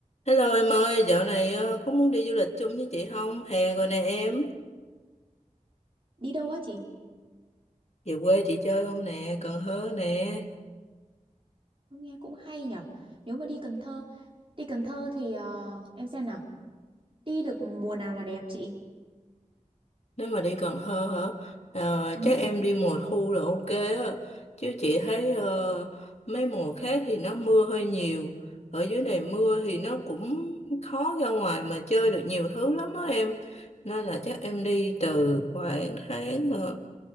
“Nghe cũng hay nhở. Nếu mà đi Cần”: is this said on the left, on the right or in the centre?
Right